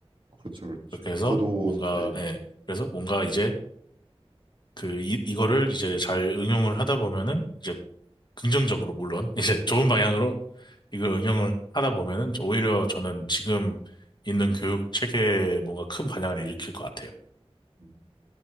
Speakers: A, on the right (about 50°); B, on the left (about 45°).
A: 그렇죠, 그렇죠.
B: 그렇게 해서
A: 저도
B: 뭔가
A: 사- 네네
B: 예. 그래서 뭔가 이제 그 이, 이거를 이제 잘 응용을 하다 보면은 이제 긍정적으로 물론 <laughs> 이제 좋은 방향으로 이걸 응용을 하다 보면은 오히려 저는 지금 있는 교육 체계에 뭔가 큰 반향을 일으킬 것 같아요.
A: 음,